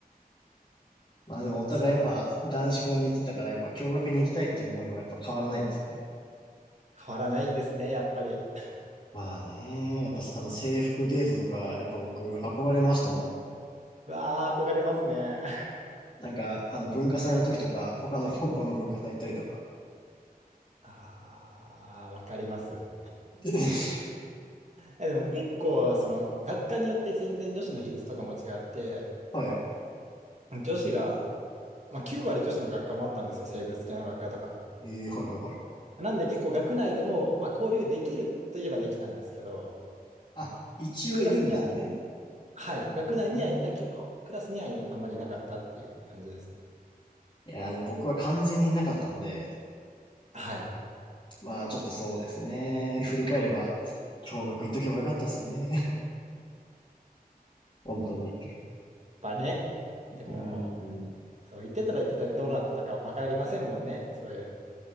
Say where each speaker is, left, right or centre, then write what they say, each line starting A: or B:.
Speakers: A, on the left; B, on the right.
A: まあでもお互いやっぱ男子校に行ってたからやっぱ共学に行きたいっていう思いはやっぱ変わらないんですね。
B: そう。変わらないですね、やっぱり。<laughs>
A: まあね、やっぱあの制服デートとかやっぱ僕憧れましたもん。
B: うわあ、憧れますね。<laughs>
A: なんかあの文化祭の時とか他の高校の文化祭行ったりとか。
B: ああ、わかります。
A: で <laughs>
B: え、でも結構、その、学科によって全然女子の比率とかも違って、
A: はい。
B: 女子が、まあ、9割女子の学科もあったんですよ、生物系の学科とか。
A: えー、はいはいはい。
B: なんで結構学内でも、まあ、交流できるといえばできたんですけど、
A: あ、一応いるんですね。
B: クラスには、はい、学内にはいたけど、
A: あの
B: クラスにはいあんまりいなかったっていう感じですね。
A: ーいや、あの僕は完全にいなかったので、
B: はい。やっ
A: まあちょっとそうですね。振り返れば、共学行っとけばよかったですね。<laughs> 本当に。
B: ぱね、でも、
A: うん。
B: そう、言ってたら言ってたでどうなってたか分かりませんもんね。そういう。